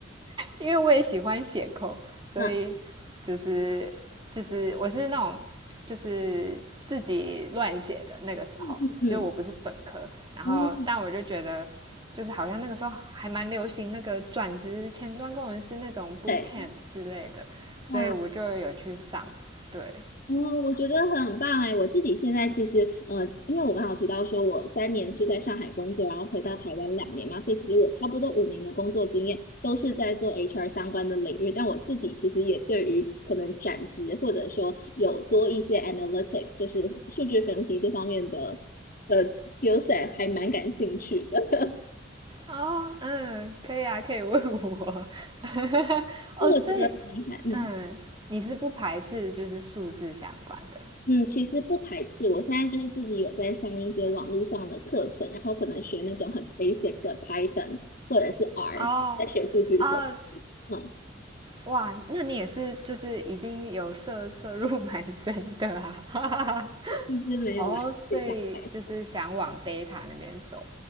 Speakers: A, on the right; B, on the left.
A: 因为我也喜欢写扣，所以就是就是我是那种就是自己乱写的那个时候，
B: 啊，嗯嗯嗯，
A: 就我不是本科，然后但我就觉得就是好像那个时候还蛮流行那个转职前端工程师那种
B: 哦，
A: boot
B: 对，
A: camp 之类的，所以我就有去上，
B: 哇，
A: 对。
B: 哦，我觉得很棒哎！我自己现在其实，呃，因为我刚好提到说，我三年是在上海工作，然后回到台湾两年嘛，所以其实我差不多五年的工作经验都是在做 HR 相关的领域。但我自己其实也对于可能转职或者说有多一些 analytic，就是数据分析这方面的的 skill set 还蛮感兴趣的。
A: 哦，嗯，可以啊，可以问我 <laughs>。哦，
B: 所以我觉得很厉害，
A: 所以，
B: 嗯。
A: 嗯，你是不排斥就是数字相关的？
B: 嗯，其实不排斥。我现在就是自己有在上一些网络上的课程，然后可能学那种很 basic 的 Python 或者是 R，
A: 哦，
B: 在学数据分析。
A: 哦，
B: 嗯，
A: 哇，那你也是就是已经有涉涉入蛮深的啊。<laughs>
B: 一直没有来自己干。
A: 哦，所以就是想往 data 那边走，